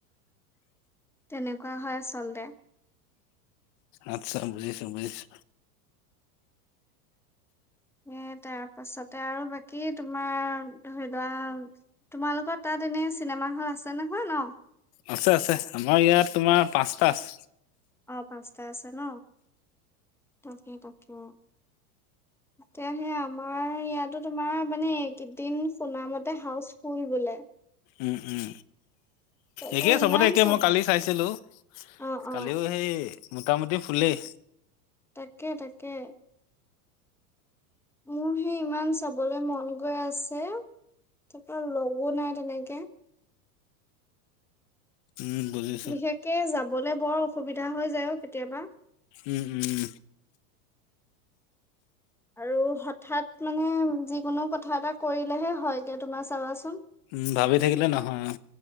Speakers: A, in the centre; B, on the left.
A: তেনেকুৱা হয় আচলতে।
B: আচ্ছা বুজিছো বুজিছো
A: এ তাৰ পাছতে আৰু বাকী তোমাৰ ধৰি লোৱা তোমালোকৰ তাত এনে চিনেমা হল আছে নহয় ন
B: আছে আছে আমাৰ ইয়াত তোমাৰ পাঁচটা আছে
A: অ পাঁচটা আছে ন তাক তাকে এয়া সেই আমাৰ ইয়াতো তোমাৰ মানে এই কেইদিন শুনামতে হাউচ ফুল বোলে।
B: উম উম
A: তাকে
B: একেই
A: ইমান
B: চবতে একে
A: চাব
B: মই কালি চাইছিলো
A: অ
B: কালিও
A: অ
B: সেই মোটামুটি ফুুলেই
A: তাকে তাকে মোৰ সেই ইমান চাবলৈ মন গৈ আছে তাপা লগো নাই তেনেকে
B: উম বুজিছো
A: বিশেষকে যাবলে বৰ অসু- সুবিধা হৈ যায়ও কেতিয়াবা।
B: উম উম
A: আৰু হঠাৎ মানে যিকোনো কথা এটা কৰিলেহে হয় এতি তোমাৰ চাবাচোন।
B: উম ভাবি থাকিলে নহয় অ।